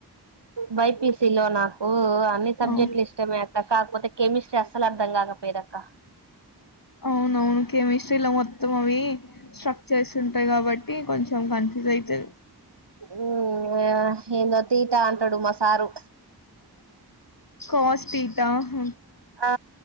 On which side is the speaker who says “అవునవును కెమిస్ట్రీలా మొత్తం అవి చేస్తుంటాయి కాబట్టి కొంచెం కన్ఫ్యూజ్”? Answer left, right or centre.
Left